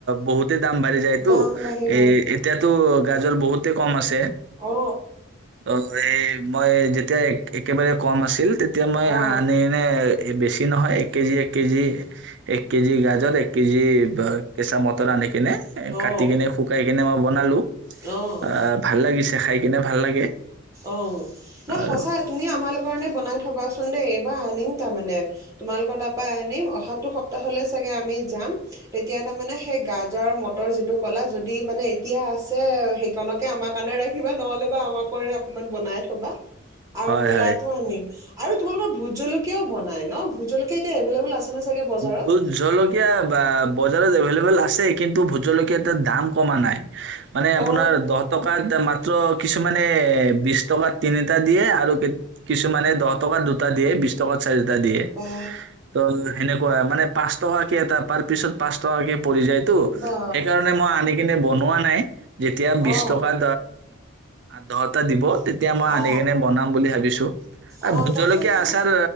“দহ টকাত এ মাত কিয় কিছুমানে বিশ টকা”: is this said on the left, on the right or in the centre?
Right